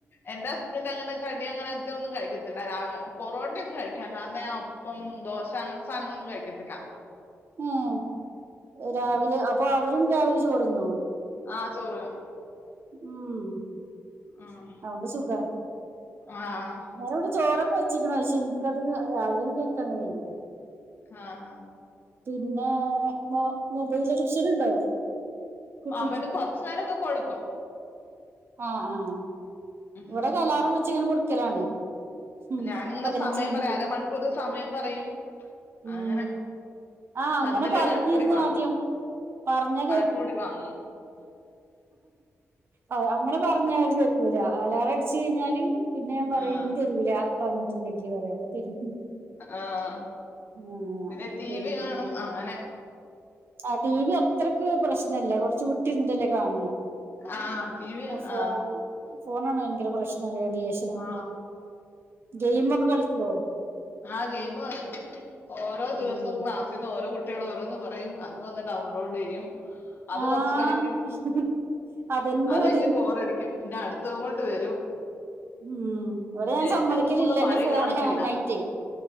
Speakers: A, on the left (about 45°); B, on the right (about 50°).
A: എന്റെ ഹസ്ബന്റ് അങ്ങനെ കടി അങ്ങനെ ത്തെ ഒന്നും കഴിക്കത്തില്ല രാവ് പൊറോട്ടയോക്കെ കഴിക്കും അല്ലാതെ അപ്പം, ദോശ അങ്ങനത്തെ സാനങ്ങളൊന്നും കഴിക്കത്തില്ല
B: ഏ രാവിലെ
A: ഉം
B: അപ്പൊ അവരും രാവിലെ ചോറ്ന്നോ
A: ആഹ് ചോറ്
B: മ്
A: ഉം
B: അതൊണ്ട് സുഖാ
A: ആഹ്
B: വേറിവിടെ ചോറൊക്കെ വ ച്ച്ക്കണ് പക്ഷേ ൻക്കത് രാവിലെ ഒന്നും കയിക്കാൻ കഴീല
A: ആഹ്
B: പിന്നെ മൊ മൊബയില് അഡിക്ഷൻ ഉണ്ടോ കുട്ടിക്ക്
A: അവന് കൊറച്ച് നേരക്കൊ കൊടുക്കും
B: ആഹ് ആഹ്
A: ഉം
B: വ്ടെക്കെ അലാറം വെച്ച് ഇങ്ങനെ കൊടുക്കലാണ് ഉം
A: ഞാനിങ്ങനെ
B: പതിനഞ്ച്
A: സമയം
B: മിനിറ്റ്
A: പറയും അരമണിക്കൂർ സമയം പറയും
B: ഉം
A: അങ്ങനെ
B: ആഹ് അങ്ങനെ
A: തന്നില്ലേ
B: പറഞ്ഞിരുന്നു
A: വഴക്കൂടി വാങ്ങും
B: ആദ്യം പറഞ്ഞാ
A: വഴക്കുകൂടി വാങ്ങും
B: അവ അങ്ങനെ പറഞ്ഞാ അവര് കേക്കൂല അലാറടിച്ച് കയിഞ്ഞാല് പിന്നെ ഞാൻ പറയും
A: ആഹ്
B: ഇഞ്ഞ് തെരുല തന്നിട്ടില്ലെങ്കിൽ പറയും പ്പോ തരും
A: ആഹ്
B: ആ
A: പിന്നെ
B: പിന്നെ
A: ടി വി കാണും അങ്ങനെ
B: ആഹ് ടി വി അത്രക്ക് പ്രശ്നല്ല കൊറച്ച് വിട്ട്‌ര്ന്നിട്ടല്ലേ കാണാ
A: ആ ടി വി
B: അഫ്‌ ഫോണ്
A: ആ
B: ഫോണാണ് വയങ്കര പ്രശ്നല്ലേ റേഡിയേഷനും
A: ആ
B: ഗെയിമൊക്കെ കളിക്കോ
A: ആഹ് ഗെയ്മ് <unintelligible> ഓരോ ദിവസം
B: ഉം
A: ക്ലാസ് <unintelligible> ഓരോ കുട്ടിആള് ഓരോന്ന് പറയും അത് വന്ന് ഡൗൺലോഡ് യ്യും അത്
B: ആഹ്
A: കൊറച്ച് കളിക്കും
B: അതന്നെ
A: അതയിഞ്ഞ്
B: ഇവിടെയും
A: ബോറടിക്കും പിന്നെ അടു ത്തുകൊണ്ട് വരും
B: ഉം ഇവിടെ ഞാൻ
A: നെറ്റൊന്നും
B: സമ്മതിക്കലില്ല
A: പോന്ന വഴി
B: എന്റെ ഫോണ്
A: കാണത്തില്ല
B: ഹാങ് ആയിട്ടേ